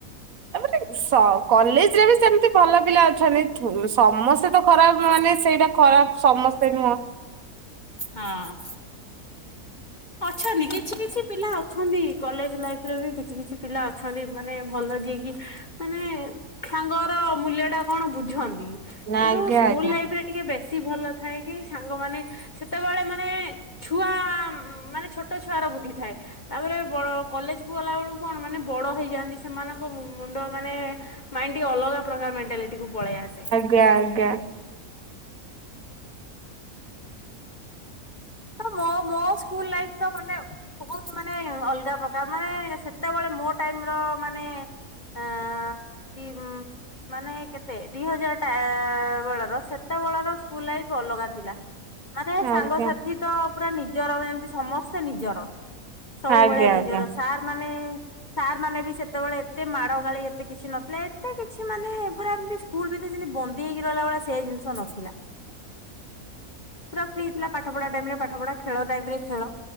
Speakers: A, on the right; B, on the left.
A: ତାପରେ ସ କଲେଜରେ ବି ସେମିତି ଭଲ ପିଲା ଅଛନ୍ତି ଥୁସ ସମସ୍ତେ ତ ଖରାପ ମାନେ ସେଇଟା ଖରାପ ସମସ୍ତେ ନୁହଁ।
B: ହଁ। ଅଛନ୍ତି କି? କିଛି କିଛି ପିଲା ଅଛନ୍ତି କଲେଜ ଲାଇଫରେ ବି କିଛି କିଛି ପିଲା ଅଛନ୍ତି ମାନେ ଭଲ ଯିଏକି ମାନେ ସାଙ୍ଗର ମୂଲ୍ୟଟା କଣ ବୁଝନ୍ତି କିନ୍ତୁ
A: ଆଜ୍ଞା
B: ସ୍କୁଲ
A: ଆଜ୍ଞା
B: ଲାଇଫରେ ଟିକେ ବେଶୀ ଭଲ ଥାଏ କି ସାଙ୍ଗମାନେ ସେତେବେଳେ ମାନେ ଛୁଆ ଉ ମାନେ ଛୋଟ ଛୁଆର ବୁଦ୍ଧିଥାଏ। ତାପରେ ବଡ କଲେଜ କୁ ଗଲା ବେଳକୁ କଣ ମାନେ ବଡ ହେଇଯାଆନ୍ତି ସେମାନଙ୍କ ମୁ ମୁଣ୍ଡ ମାନେ ମାଇଣ୍ଡ ଟିକେ ଅଲଗା ପ୍ରକାର ମେଣ୍ଟାଲିଟିକୁୁ ପଳେଇ ଆସେ।
A: ଗା ଗା।
B: ମୋ ମୋ ସ୍କୁଲ ଲାଇଫ ତ ମାନେ ବହୁତ ମାନେ ଅଲଗା ପ୍ରକାର ମାନେ ସେତେବେଳେ ମୋ ଟାଇମ ର ମାନେ ଆଁ ଦି ମାନେ କେତେ ଦି ହଜାର ଟା ବେଳର ସେତେବେଳର ସ୍କୁଲ ଲାଇଫ ଅଲଗା ଥିଲା।
A: <unintelligible>
B: ମାନେ ସାଙ୍ଗସାଥି
A: ଆଜ୍ଞା
B: ତ ପୁରା ନିଜର ଭଳିଆ ଏମିତି ସମସ୍ତେ ନିଜର। ସବୁ
A: ଆଜ୍ଞା
B: ଭଳିଆ ନିଜର
A: ଆଜ୍ଞା
B: ସାର୍ ମାନେ ସାର୍ ମାନେ ବି ସେତେବେଳେ ଏତେ ମାଡ ଗାଳି ଏତେ କିଛି ନଥିଲା ଏତେ କିଛି ମାନେ ପୁରା ଏମତି ସ୍କୁଲ ଭିତରେ ଯେମିତି ବନ୍ଦୀ ହେଇକି ରହିଲା ଭଳିଆ ସେ ଜିନିଷ ନଥିଲା।
A: <unintelligible>
B: ପୁରା ଫ୍ରି ଥିଲା ପାଠ ପଢା ଟାଇମ ରେ ପାଠ ପଢା ଖେଳ ଟାଇମ ରେ ଖେଳ।